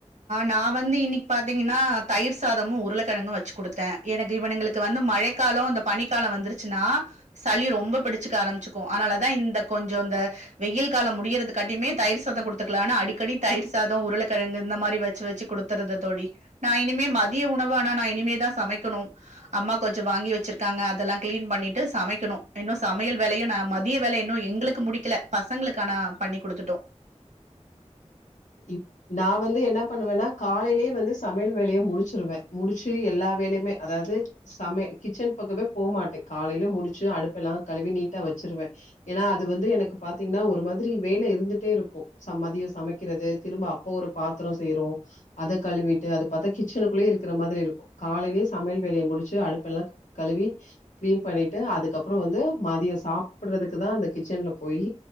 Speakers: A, on the right; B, on the left.
A: நா வந்து இன்னைக் பாத்தீங்கன்னா தயிர் சாதமு உருளக்கெழங்கு வச்சு குடுத்தே எனக்கு இவனுகளுக்கு வந்து மழைக்காலோ இந்த பனிக்காலோ வந்துருச்சுனா சளி ரொம்ப பிடிச்சிக்க ஆரம்பிச்சுக்கு அதுனாலதா இந்த கொஞ்சோ இந்த வெயில் காலோ முடியறது காட்டியுமே தயிர் சாதோ குடுத்துக்கலானு அடிக்கடி தயிர் சாதோ உருளகெழங்கு இந்த மாரி வச்சு வச்சு குடுத்தற்றது தோழி நா இனிமே மதிய உணவு ஆனா நா இனிமேதா சமைக்கணு அம்மா கொஞ்சோ வாங்கி வச்சுருக்காங்க அதல்லா கிளீன் பண்ணிட்டு சமைக்கணு இன்னு சமையல் வேலையு நா மதிய வேலை இன்னு எங்களுக்கு கு முடிக்கல பசங்களுக்கு ஆனா பண்ணி குடுத்துடோ
B: இப் நா வந்து என்னா பண்ணுவேனா காலேலயே வந்து சமையல் வேலய முடுச்சுருவே முடுச்சு எல்லா வேலயுமே அதாவது சமய கிச்சன் பக்கமே போமாட்டே காலேலயே முடுச்சு அடுப்பு எல்லா கழுவி நீட்டா வச்சுருவே ஏனா அது வந்து எனக்கு பாத்தீங்கன்னா ஒரு மாதிரி வேல இருந்துட்டே இருக்கு ச மதியோ சமைக் கிறது திரும்ப அப்ப ஒரு பாத்தரோ சேரு அத கழுவிட்டு அது பாத்தா கிச்சனுக்குள்ளயே இருக்கற மாதிரி இருக்கு காலேலயே சமையல் வேலய முடுச்சு அடுப்பு எல்லா கழுவி கிளீன் பண்ணிட்டு அதுக்கப்பறோ வந்து மதியோ சாப்பற்றதுக்கு தா அந்த கிச்சன்ல போயி